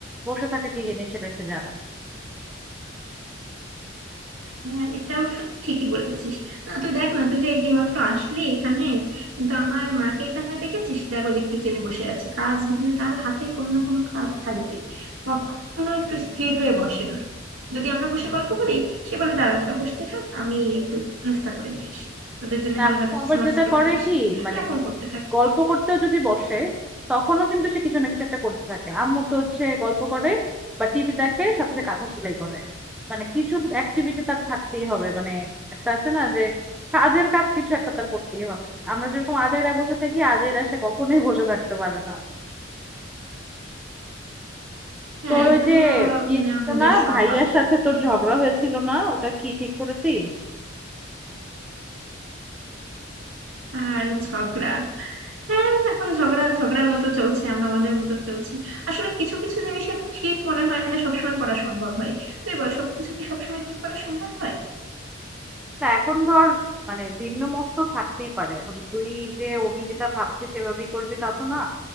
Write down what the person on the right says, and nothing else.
হ্যাঁ এটা অবশ্য তুই ঠিকই বলেছিস না তুই দেখ না তুই যে এই যে মাত্র আসলি এখানে কিন্তু আমার মাকে এখানে দেখেছিস দেখো যে কিচেনে বসে আছে কাজ মানে তার হাতে কোনো না কোনো কাজ থাকবেই কখনো একটু স্থির হয়ে বসে না যদি আমরা বসে গল্প করি সে বলে দাঁড়া তোরা বসতে থাক আমি একটু নাস্তা করে নিয়ে আসি তোদের জন্য
হালকা কিছু
স্ন্যাক্স
করে
নিয়ে আসি
এরকম করতে থাকে
হ্যাঁ
এটা
হলো
মানে
আমাদের
স্বভাব
উম,
আর ঝগড়া হ্যাঁ এখন ঝগড়া ঝগড়ার মতো চলছে আমরা আমাদের মতো চলছি আসলে কিছু কিছু জিনিসের ঠিক মনে হয় না সবসময় করা সম্ভব হয় তুই বল সবকিছু কি সবসময় ঠিক করা সম্ভব হয়